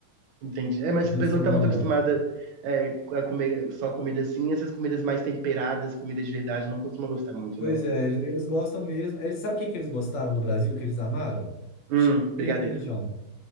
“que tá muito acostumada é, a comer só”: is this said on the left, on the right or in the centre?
Right